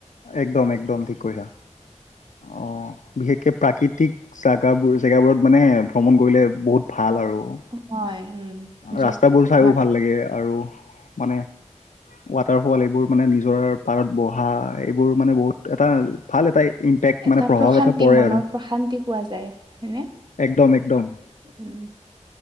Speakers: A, on the left; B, on the right.
A: একদম একদম ঠিক কৰিছা অ'। বিশেষকৈ প্ৰাকৃতিক জেগাবোৰ জেগাবোৰত মানে ভ্ৰমণ কৰিলে বহুত ভাল আৰু।
B: হয় উম।
A: ৰাস্তাবোৰ
B: য'ত অকমান
A: চাইও ভাল লাগে। আৰু মানে ৱাটাৰফল এইবোৰ মানে নিজৰ পাৰত বহা এইবোৰ মানে বহুত এটা ভাল এটা ইম্পেক্ট
B: এটা
A: মানে প্ৰভাৱ
B: প্ৰশান্তি
A: এটা পৰে
B: মনৰ
A: আৰু।
B: প্ৰশান্তি পোৱা যায় হয়নে
A: একদম একদম।
B: <inaudible>